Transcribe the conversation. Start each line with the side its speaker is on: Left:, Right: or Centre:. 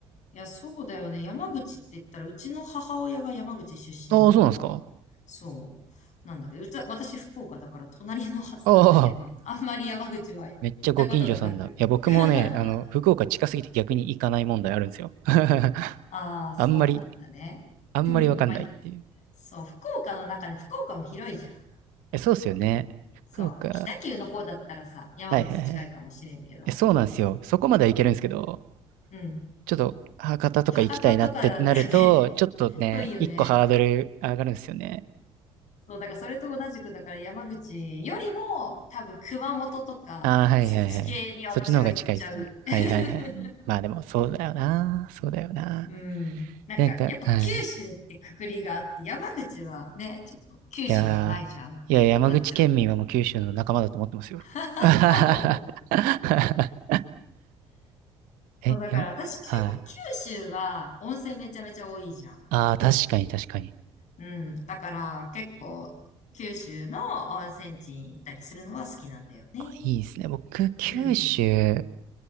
Left: いや、そうだよね。山口って言ったら、うちの母親が山口出身だから、
Right: ああ、そうなんですか。
Left: そう。なんだけど、うちは私福岡だから隣のはずなんだけど、
Right: ああ、
Left: <laughs> あんまり山口は行ったことがなく。
Right: めっちゃご近所さんだ。いや、僕もね、
Left: <laughs>
Right: あの、福岡近すぎて逆に行かない問題あるんですよ。<laughs>
Left: ああ、そうなんだね。
Right: あんまり、あんまりわかんないっていう。
Left: <clears throat> うん。まあ、いそう、福岡の中で、福岡も広いじゃん。
Right: え、そうっすよね。福岡。
Left: そう。北九の方だったらさ、
Right: はい
Left: 山口近いかもしれんけど、
Right: はいはい。え、そうなんですよ。
Left: そ
Right: そこまでは行けるんですけど、
Left: う。うん。
Right: ちょっと博多とか行きたいなってなると、
Left: 博多とかだったらね、
Right: ちょっとね、
Left: <laughs> 遠いよね。
Right: 一個ハードル上がるんですよね。
Left: そう、だからそれと同じく、だから山口よりも、多分熊本とか、
Right: ああ、はいはいはい。
Left: そっち系に私は行っちゃう。
Right: そっちの方が近いですか。
Left: <laughs>
Right: はいはいはい。まあでも、そうだよな。そうだよな。
Left: うん。なんか、
Right: なんか、
Left: やっぱ九州ってくくりがあって、
Right: はい
Left: 山口はね、ちょっと九州じゃないじゃんってなっちゃう。
Right: いやー、いや、山口県民はもう九州の仲間だと思ってますよ。
Left: <laughs> あそうなの
Right: <laughs> え、
Left: そう、だから私結構九州は温泉めちゃめちゃ多いじゃん。
Right: やん、はい。ああ、確かに確かに。
Left: うん。だから結構九州の温泉地に行ったりするのは好きなんだよね。
Right: あ、いいですね。僕、九州、
Left: うん。